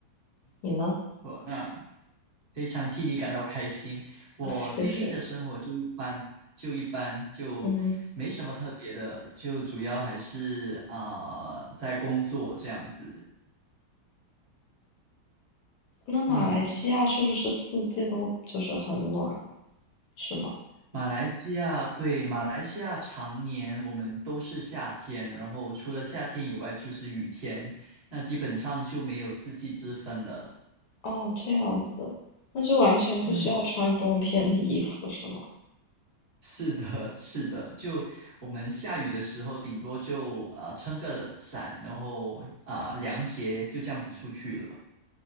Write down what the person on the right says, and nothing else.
说，那非常替你感到开心。我最近的生活就一般，
就一般，就没什么特别的，
就主要还是啊、在工作这样子。
嗯，
马来西亚，对，马来西亚常年我们都是夏天，然后除了夏天以外就是雨天，那基本上就没有四季之分了。
嗯，是的，是的，就我们下雨的时候，顶多就啊、呃撑个伞，然后啊、凉鞋就这样子出去了。